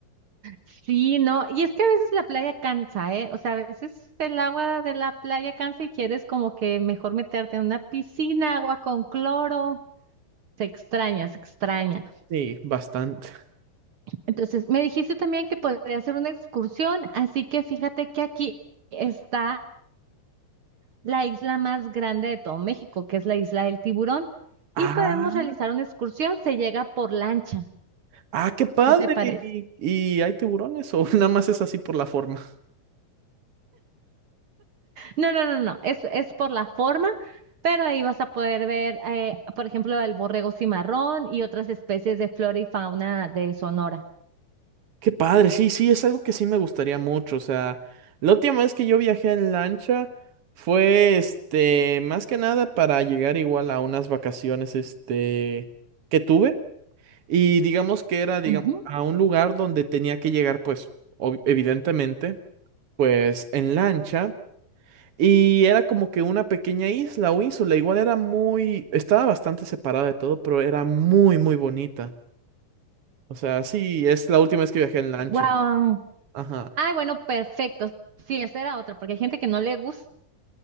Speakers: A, on the right (about 75°); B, on the right (about 50°).
A: Sí, no. Y es que a veces la playa cansa, ¿eh? O sea, a veces el agua de la playa cansa y quieres como que mejor meterte en una piscina, agua con cloro. Se extraña, se extraña.
B: Sí, bastante.
A: Entonces, me dijiste también que podría hacer una excursión, así que fíjate que aquí está. la isla más grande de todo México, que es la isla del Tiburón,
B: Ah,
A: y podemos realizar una excursión, se llega por lancha.
B: ah, qué padre.
A: ¿Qué te parece?
B: ¿Y, y hay tiburones o <laughs> nada más es así por la forma?
A: No, no, no, no, es, es por la forma, pero ahí vas a poder ver, eh, por ejemplo, el borrego cimarrón y otras especies de flora y fauna de Sonora.
B: Qué padre, sí, sí, es algo que sí me gustaría mucho. O sea, la última vez que yo viajé en lancha fue, este, más que nada para llegar igual a unas vacaciones, este, que tuve. Y digamos que era, digamos,
A: Ujú.
B: a un lugar donde tenía que llegar, pues, ob- evidentemente, pues, en lancha. Y era como que una pequeña isla o ínsula. Igual era muy, estaba bastante separada de todo, pero era muy, muy bonita. O sea, sí, es la última vez que viajé en lancha.
A: Guau.
B: Ajá.
A: Ay, bueno, perfecto. Sí, esa era otra, porque hay gente que no le gusta